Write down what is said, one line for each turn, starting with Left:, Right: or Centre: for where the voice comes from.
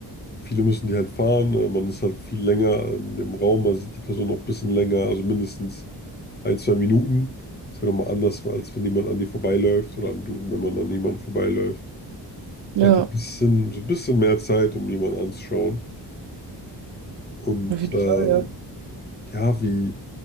Left: viele müssen die halt fahren, äh, man ist halt viel länger in dem Raum, man sieht die Person noch ein bisschen länger, also mindestens ein, zwei Minuten. Ist ja nochmal anders, als wenn jemand an dir vorbeiläuft oder an du, wenn man an jemanden vorbeiläuft.
Right: Ja,
Left: Man hat ja ein bisschen, so ein bisschen mehr Zeit, um jemanden anzuschauen. Und
Right: auf jeden
Left: äh,
Right: Fall, ja.
Left: ja, wie.